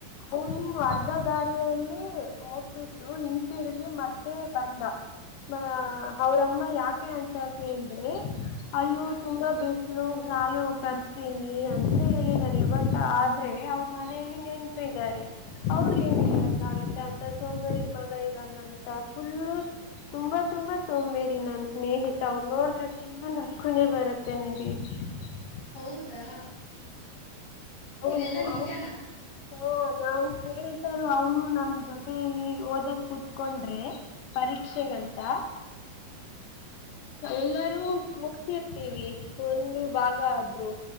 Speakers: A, on the left; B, on the left.
A: ಅವನು ಅರ್ಧ ದಾರಿಯಲ್ಲಿ ಹೋಗ್ ಬಿಟ್ಟು ಇಂದ್ ತಿರುಗಿ ಮತ್ತೆ ಮತ್ತೆ ಬಂದ ಮ ಅವ್ರಮ್ಮ ಯಾಕೆ ಅಂತ ಕೇಳಿದ್ರೆ ಅಯ್ಯೋ
B: ಹ
A: ತುಂಬ ಬಿಸ್ ಲು ನಾಳೆ ಹೋಗಿ ತರ್ತೀನಿ ಅಂತ ಹೇಳಿದಾನೆ ಬಟ್ ಆದ್ರೆ ಅವ್ರ ಮನೆಯಲ್ಲಿ ನೆನ್ ಟ್ರ್ ಇದಾರೆ ಅವ್ರ ಏನ್ ಹೇಳಕ್ಕ ಆಗತ್ತೆ ಅಂತ ಸೋಂಬೇರಿ ಮಗ ಇದ್ದಾನೆ ಅಂತ ಫುಲ್ಲು ತುಂಬಾ ತುಂಬಾ ಸೋಂಬೇರಿ ನನ್ ಸ್ನೇಹಿ ತಾವು ನೋಡಿದ್ರೆ ಫುಲ್ನ್ ನಕ್ಕುನೇ ಬರುತ್ತೆ ನಿಧಿ <unintelligible>
B: ಹೌದಾ
A: ಹ
B: ಇದೆಲ್ಲಾ
A: ಹ
B: ನಿಜಾನಾ
A: ನಾನ್ <unintelligible> <unintelligible> ಅವನು ನಮ್ ಜೊತೆಯಲ್ಲಿ ಓದಕ್ ಕೂತ್ಕೊಂಡ್ರೆ ಪರೀಕ್ಷೆಗಂತ
B: ಹ ಹ
A: ಎಲ್ಲರೂ ಮುಗಸರ್ತೀವಿ ಒಂದು ಭಾಗ ಆದ್ರು